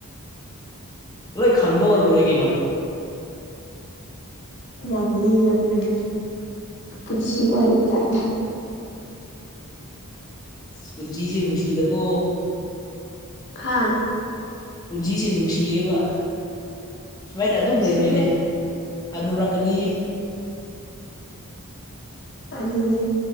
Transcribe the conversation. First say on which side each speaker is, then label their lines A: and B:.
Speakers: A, on the left; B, on the left.
A: ꯂꯣꯏ ꯈꯪꯗꯧꯕ ꯂꯣꯏꯔꯦ ꯀꯩꯅꯣ
B: ꯌꯥꯝ ꯂꯤꯒꯕꯅꯦ ꯄꯨꯟꯁꯤ ꯋꯥꯔꯤ ꯀꯥꯏꯅ
A: ꯄꯨꯟꯁꯤꯁꯦ ꯅꯨꯡꯁꯤꯗꯀꯣ
B: ꯍꯥꯥ
A: ꯄꯨꯟꯁꯤꯁꯦ ꯅꯨꯡꯁꯤꯌꯦꯕ ꯁꯨꯃꯥꯏꯅ ꯑꯗꯨꯝ
B: ꯅꯨꯡꯁꯤꯌꯦ
A: ꯂꯩꯔꯣꯏꯅꯦ ꯍꯅꯨꯔꯛꯀꯅꯤ
B: ꯑꯗꯨꯅꯦ